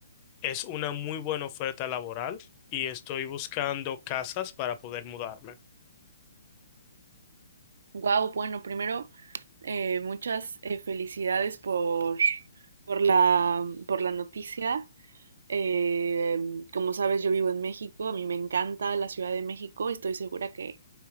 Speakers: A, on the left (about 25°); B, on the right (about 65°).
A: Es una muy buena oferta laboral y estoy buscando casas para poder mudarme.
B: Wow, bueno, primero, eh, muchas eh, felicidades por, por la, por la noticia. Eh, como sabes, yo vivo en México, a mí me encanta la Ciudad de México, estoy segura que